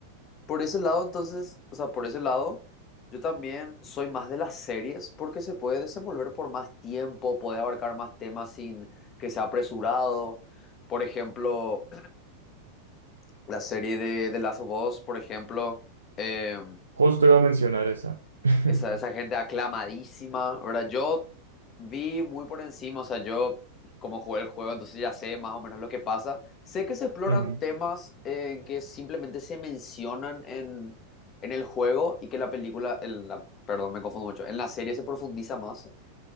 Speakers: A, on the left; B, on the right.
A: Por ese lado, entonces, o sea, por ese lado, yo también soy más de las series porque se puede desenvolver por más tiempo, puedes abarcar más temas sin que sea apresurado. Por ejemplo, <clears throat> la serie de The Last of Us, por ejemplo, eh,
B: Justo iba a mencionar esa. <laughs>
A: Esa, esa gente aclamadísima, ¿verdad? Yo vi muy por encima, o sea, yo como jugué el juego, entonces ya sé más o menos lo que pasa. Sé que se exploran
B: Mm,
A: temas eh, en que simplemente se mencionan en, en el juego y que la película, en la, perdón, me confundo mucho, en la serie se profundiza más.